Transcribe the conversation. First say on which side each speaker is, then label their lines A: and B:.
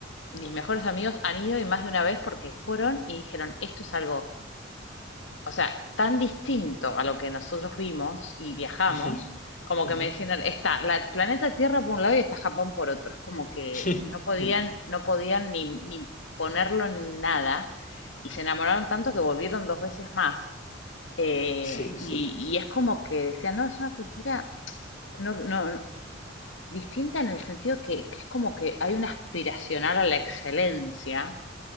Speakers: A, on the left; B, on the left.
A: mis mejores amigos han ido y más de una vez porque fueron y dijeron, esto es algo o sea, tan distinto a lo que nosotros vimos y viajamos,
B: ujú,
A: como
B: ujú,
A: que me decían, está la, el planeta Tierra por un lado y está Japón por otro. Es como que
B: <laughs>
A: no podían, no podían ni, ni ponerlo ni nada. Y se enamoraron tanto que volvieron dos veces más. Eh,
B: Sí,
A: y,
B: sí.
A: y es como que decían, no, es una cultura no, no, distinta en el sentido que, que es como que hay una aspiracional a la excelencia